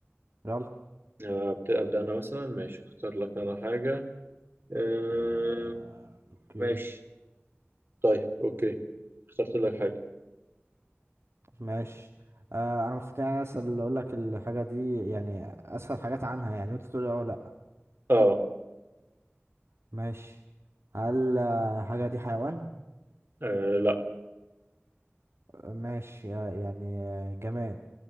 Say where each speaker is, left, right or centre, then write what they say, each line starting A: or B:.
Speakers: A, on the right; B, on the right.
A: يلا
B: آه، بت- ابدا انا مثلا ماشي اختار لك انا حاجه آه،
A: آه، اوكي
B: ماشي طيب اوكي اخترت لك حاجه
A: ماشي آه انا المفروض يعني اسأل اقول لك الحاجة دي يعني اسأل حاجات عنها يعني وانت تقول لي اه لا
B: اه
A: ماشي هل آه، الحاجة دي حيوان
B: آه، لا
A: ماشي آه، يعني آه، جماد